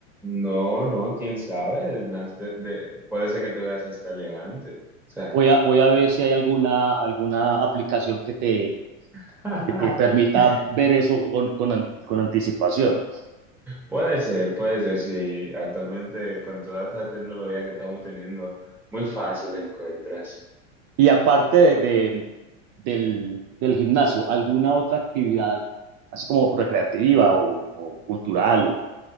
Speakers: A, in the centre; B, on the right.
A: No, no, quién sabe. Nas- de- de- puede ser que te veas hasta elegante. O sea,
B: Voy a, voy a ver si hay alguna, alguna aplicación que te,
A: <laughs>
B: que te permita ver eso con, con, an- con anticipación.
A: puede ser, puede ser. Si actualmente con toda esa tecnología que estamos teniendo, muy fácil la encuentras.
B: Y aparte de, de- del, del gimnasio, ¿alguna otra actividad, así como recreativa o, o cultural, o